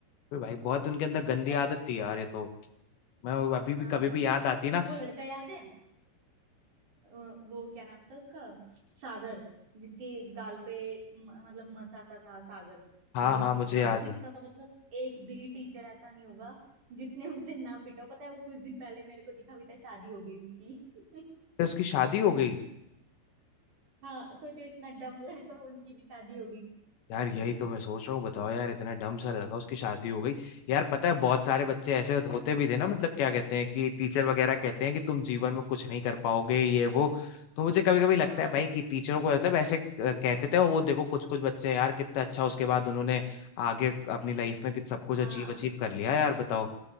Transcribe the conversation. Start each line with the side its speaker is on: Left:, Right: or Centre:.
Left: फिर भाई बहुत उनके अंदर गंदी
Right: अरे
Left: आदत थी यार ये तो मैं वो अभी भी
Right: हाँ
Left: कभी भी याद आती
Right: तुम्हें
Left: है ना
Right: वो लड़का याद है अ, वो क्या नाम था उसका सागर जिसके गाल पे म- मतलब मसा सा था सागर
Left: हाँ
Right: यार वो
Left: हाँ
Right: कितना
Left: मुझे याद
Right: पिटता
Left: है
Right: था मतलब एक भी टीचर ऐसा नहीं होगा जिसने उसे ना पिटा हो। पता है वो कुछ दिन पहले मेरे को दिखा भी था शादी हो गई उसकी <laughs>
Left: फिर उसकी शादी हो गई
Right: हाँ सोचो इतना डम्ब लड़का उनकी भी शादी हो गई
Left: यार यही
Right: <laughs>
Left: तो मैं सोच रहा हूँ बताओ यार इतना डम सा लड़का उसकी शादी हो गई यार पता है बहुत सारे बच्चे ऐसे होते भी थे ना मतलब क्या कहते हैं कि टीचर वगैरह कहते हैं कि तुम जीवन में कुछ नहीं कर पाओगे ये वो तो मुझे कभी कभी लगता
Right: हाँ
Left: है भाई कि टीचरों को मतलब ऐसे अ, कहते थे और वो देखो कुछ कुछ बच्चे यार कितना अच्छा उसके बाद उन्होंने आगे अपनी लाइफ में कित- सब कुछ
Right: हाँ
Left: अचीव अचीव कर लिया यार बताओ